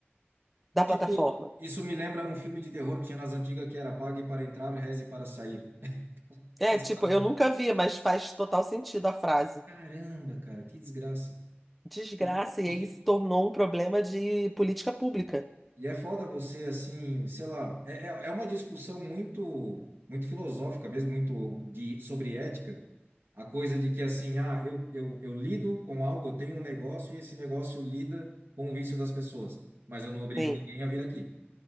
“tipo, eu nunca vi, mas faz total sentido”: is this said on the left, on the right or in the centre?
Centre